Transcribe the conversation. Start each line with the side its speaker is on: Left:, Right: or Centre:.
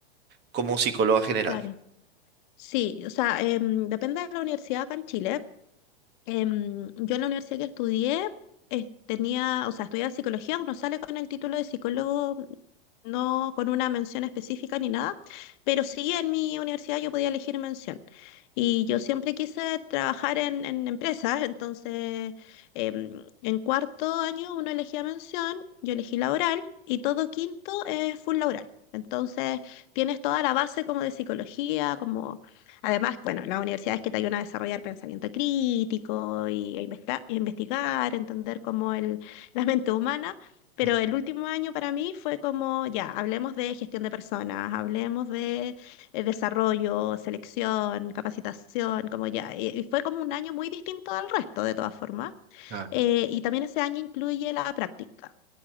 Right: como psicóloga general.
Left: Claro. Sí, o sea, em, depende de la universidad acá en Chile, em, yo en la universidad que estudié, eh, tenía, o sea, estudiaba psicología, uno sale con el título de psicólogo, no con una mención específica ni nada, pero sí en mi universidad yo podía elegir mención. Y yo siempre quise trabajar en, en empresas, entonces em, en cuarto año uno elegía mención, yo elegí laboral y todo quinto es full laboral. Entonces tienes toda la base como de psicología, como Además, bueno, las universidades que te ayudan a desarrollar pensamiento crítico y a investa- y a investigar, entender cómo el, la mente humana, pero
Right: Mm,
Left: el último año para mí fue como, ya, hablemos de gestión de personas, hablemos de eh, desarrollo, selección, capacitación, como ya, y, y fue como un año muy distinto al resto de todas formas.
Right: Ah,
Left: Eh, y también ese año incluye la práctica.